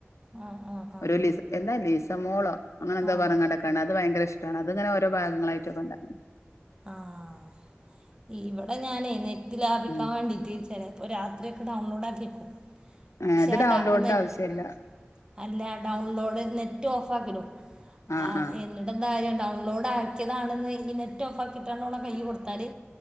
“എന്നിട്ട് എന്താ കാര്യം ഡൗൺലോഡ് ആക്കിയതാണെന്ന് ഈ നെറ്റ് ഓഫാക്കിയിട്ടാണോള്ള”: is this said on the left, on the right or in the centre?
Right